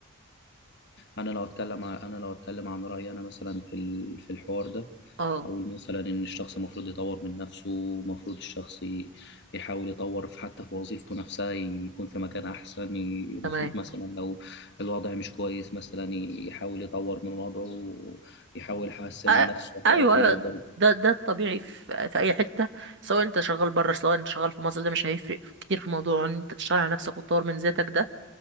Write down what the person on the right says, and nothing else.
اه
تمام
أ-
ايوه
ايوه
ده ده الطبيعي في في اي حته سواء انت شغال بره سواء انت شغال في مصر ده مش هيفرق كتير في موضوع ان انت تشتغل على نفسك وتطور من ذاتك ده